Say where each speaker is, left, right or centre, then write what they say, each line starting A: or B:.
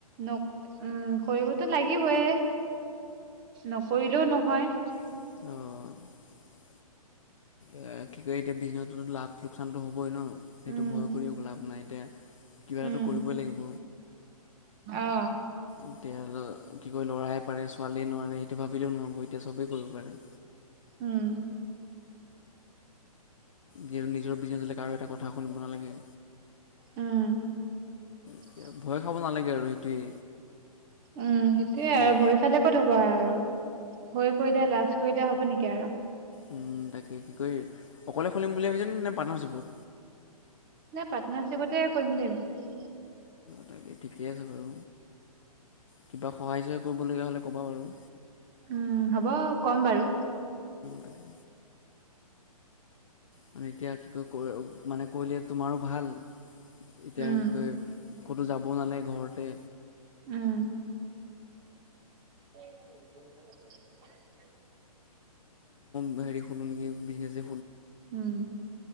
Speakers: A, on the right; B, on the left.
A: নক উম কৰিবতো লাগিবয়ে নকৰিলেও নহ হয়
B: অহ এ কি কয় এতিয়া বিজনেছতো লাভ লোকচানতো হ'বই ন সেইটো
A: উম
B: ভয় কৰিও লাভ নাই এতিয়া কিবা এটাটো
A: উম
B: কৰিবই লাগিব
A: অ
B: এতিয়া কি কয় লৰাই পাৰে ছোৱালীয়ে নোৱাৰে সেইটো ভাবিলেও নহ'ব এতিয়া চবেই কৰিব পাৰে
A: উম
B: যিহেতু নিজৰ বিজনেছ হলে কাৰো এটা কথা শুনিব নালাগে
A: উম <inaudible>
B: এতিয়া ভয় খাব নালাগে আৰু সেইটোৱেই
A: উম, সেইটোৱে
B: তাকে
A: আৰু ভয় খালে ক'ত হ'ব আৰু। ভয় কৰিলে লাজ কৰিলে হ'ব নেকি আৰু।
B: উম তাকে <unintelligible> অকলে খুলিম বুলি ভাবিছেনে নে পাৰ্টনাৰশ্বিপত?
A: নাই পাৰ্টনাৰশ্বিপতে কৰিম বুলি ভাবিছো
B: তাকে ঠিকে আছে বাৰু, কিবা সহায় চহায় কৰিবলগীয়া হ'লে ক'বা বাৰু।
A: উম হ'ব কম বাৰু।
B: তাকে মানে এতিয়া কি কয় <unintelligible> মানে কৰিলে তোমাৰো ভাল, এতিয়া
A: উম
B: কি কয় ক'তো যাব নালাগে ঘৰতে।
A: উম, <unintelligible>
B: মই হেৰি খোলোঁ নেকি বিজনেচে
A: উম।